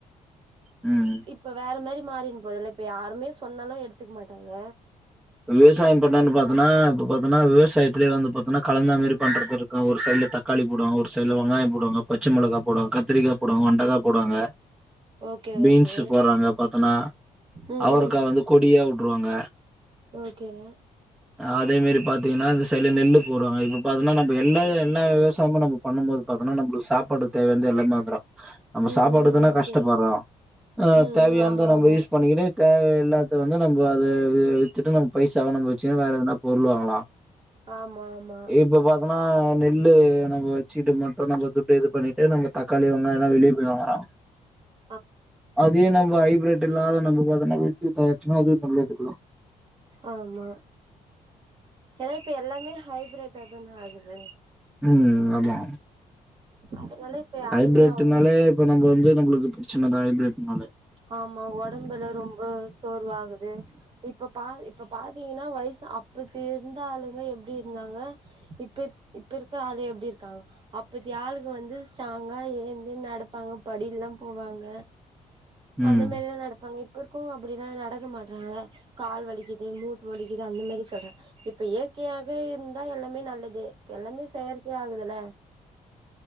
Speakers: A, in the centre; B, on the right.
A: ம்
B: இப்ப வேற மாறி மாறின்போதுல்ல இப்ப யாருமே சொன்னாலு எடுத்துக்க மாட்டாங்க
A: விவசாயம் பண்லன்னு பாத்தன்னா இப்ப பாத்தன்னா விவசாயத்துலயே வந்து பாத்தன்னா கலந்த மாறி பண்றதுயிருக்கு ஒரு சைடுல தக்காளி போடுவாங்க ஒரு சைடுல வெங்காயம் போடுவாங்க பச்சமிளகா போடுவாங்க கத்திரிக்கா போவாங்க வண்டக்கா போவாங்க
B: ஓகே
A: பீன்ஸ்
B: ஓகே
A: போறாங்க பாத்தன்னா
B: ம்
A: அவரக்கா வந்து கொடியா விட்ருவாங்க
B: ஓகேங்க
A: அதே மாறி பாத்தீங்கன்னா அந்தசைடு நெல்லு போடுவாங்க இப்ப பாத்தீங்கன்னா நம்ம எல்லா எல்லா விவசாயமும் நம்ம பண்ணும் போது பாத்தனா நம்மளுக்கு சாப்பாடுக்கு தேவையானது எல்லாமே வந்துரு நம்ம
B: ம்
A: சாப்பாட்டுக்குதான
B: ம் ஓகே
A: கஷ்டப்படடறோ ஆ
B: ம்
A: தேவையானத
B: ம் ஆமா
A: நம்ம
B: ஆமா
A: யூஸ் பண்ணிக்கினு தேவை இல்லாத வந்து நம்ம அத விட்டுட்டு நம்ம பைசாவ நம்ம வச்சுன்னு வேற எதனா பொருள் வாங்களா
B: ஆமா ஆமா
A: இப்ப பாத்தனா நெல்லு நம்ம வச்சுட்டு மட்டு நம்ம துட்டு இது பண்ணிட்டு இது நம்ம தக்காளி வெங்காயால்ல வெளிய போய் வாங்கறா
B: உ
A: அதே நம்ம ஹைபரட் இல்லாத நம்ம பாத்தன வீட்டுல தயார்ச்சினா அதுவும் நல்லதுக்குத
B: ஆமா ஏனா இப்ப எல்லாமே ஹைபிரிட்டுதான ஆகுது
A: ம் ஆமா
B: அதனால இப்ப யாருமே
A: ஹைபிரட்னாலே
B: அவ்ளவா
A: இப்ப நம்ம வந்து நம்மளுக்கு பிரச்சனத ஹைபிரட்டனாலே
B: ஆமா உடம்புல ரொம்ப சோர்வாகுது இப்ப பா இப்ப பாத்தீங்கன்னா வயசு அப்ப இருந்த ஆளுங்க எப்டி இருந்தாங்க இப்ப இப்ப இருக்கிற ஆளு எப்டி இருக்காங்க அப்பத்தி ஆளுங்கோ வந்து ஸ்ட்ராங்கா ஏந்து நடப்பாங்க படில்லாம் போவாங்க அந்த
A: ம்
B: மாதிலா நடப் ங்க இப்ப இருக்கவச்க அப்டினா நடக்க மாட்றாங்க கால் வலிக்குது மூட்டு வலிக்குது அந்த மாறி சொல்றாங்க இப்ப இயற்கையாக இருந்தா எல்லாமே நல்லது எல்லாமே செயற்கை ஆகுதுல்ல